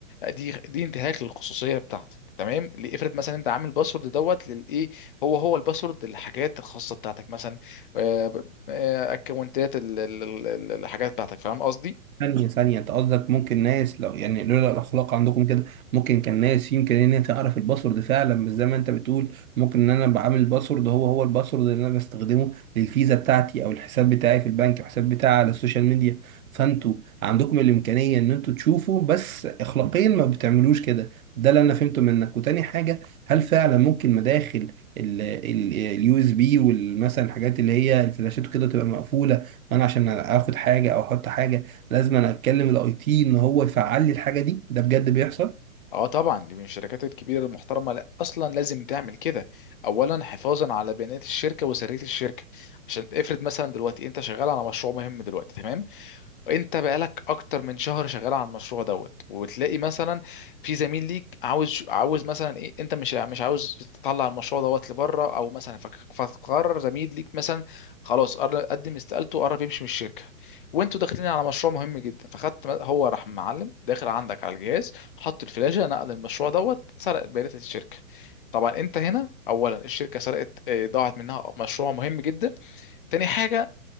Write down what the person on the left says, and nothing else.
دي دي انتهاك للخصوصيه بتاعتك تمام اللي افرض مثلا انت عامل باسورد دوت للايه هو هو الباسورد للحاجات الخاصه بتاعتك مثلا آه، آه، اكونتات ال- ال- ال- الحاجات بتاعتك فاهم قصدي
اه طبعا دي من الشركات الكبيره المحترمه لا اصلا لازم تعمل كده اولا حفاظا على بيانات الشركه وسريه الشركه عشان افرض مثلا دلوقتي انت شغال على مشروع مهم دلوقتي تمام انت بقالك اكتر من شهر شغال على المشروع دوت وتلاقي مثلا في زميل ليك عاوز عاوز مثلا ايه انت مش مش عاوز تطلع المشروع دوت لبره او مثلا فك- فقرر زميل ليك مثلا خلاص قر- قدم استقالته قرب يمشي من الشركه وانتوا داخلين على مشروع مهم جدا فخدت هو راح معلم داخل عندك على الجهاز حط الفلاشه نقل المشروع دوت سرق بيانات الشركه طبعا انت هنا اولا الشركه سرقت اه، ضاعت منها مشروع مهم جدا تاني حاجه